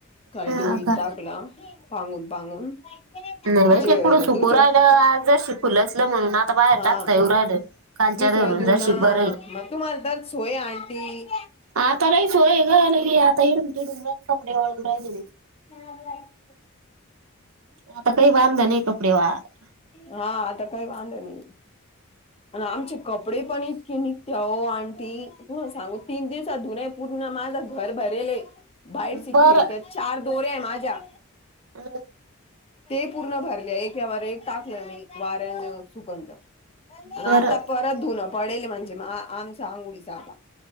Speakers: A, on the left; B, on the right.
A: काय
B: ह
A: दरीत
B: का
A: टाकलं पांगून पांगून.
B: नाही-नाही
A: जे
B: तेकडं सुकू
A: दुसरं
B: राहिलं आज जरासा खुलसल, म्हणून आता बाहेर
A: हा
B: टाकता येऊ राहिलं. कालच्या
A: दुसरं
B: धरून
A: धून
B: जशी
A: मग,
B: बरं आहे
A: तुम्हाला तर सोय आंटी
B: आता लई सोय ए ग, एढून-तिढून गन कपडे वाळू राहिलेले.
A: ह भाय <inaudible>
B: आता काही वांद नाही कपडे वळायला.
A: हा आता काही वंदा नाही. अन आमचे कपडे पण इतके निघते आहो आंटी तुम्हाला सांगते तीन दिवसा धुने पूर्ण माझं घर भरेले, बाहेरशी
B: बरं
A: खिडक्या चार दोऱ्याये माझ्या.
B: <unintelligible>
A: ते पूर्ण भरले एकावर-एक टाकलं मी वाऱ्यान सुकनत. आणि
B: बरं
A: आता परत धुन पडेल म्हणजे म आमचा आघोळीच आता.